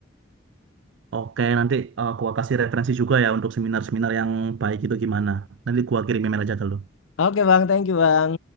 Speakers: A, on the right (about 65°); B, on the left (about 80°).
A: Oke, nanti eh, gua kasih referensi juga ya untuk seminar-seminar yang baik itu gimana. Nanti gua kirim email aja ke lu.
B: Oke Bang, thank you Bang.